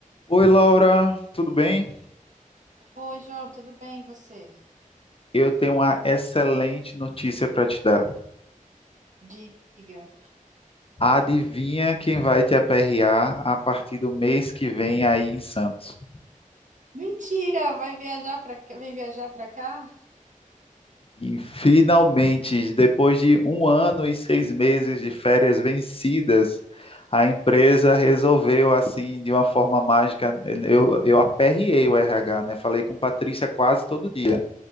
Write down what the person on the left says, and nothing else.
Oi, Laura, tudo bem?
Eu tenho uma excelente notícia para te dar.
Adivinha quem vai te aperrear a partir do mês que vem aí em Santos?
E finalmente, depois de um ano e seis meses de férias vencidas, a empresa resolveu, assim, de uma forma mágica. Eu, eu aperriei o RH, né? Falei com Patrícia quase todo dia.